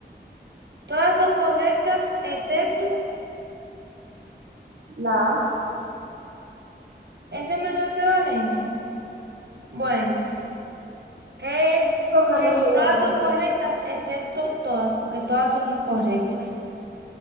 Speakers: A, on the right; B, on the right.
A: Todas son correctas excepto
B: la A,
A: es de menor prevalencia. Bueno, es
B: lo que no
A: que
B: sería
A: todas
B: de muy...
A: son correctas excepto todas, porque todas son incorrectas.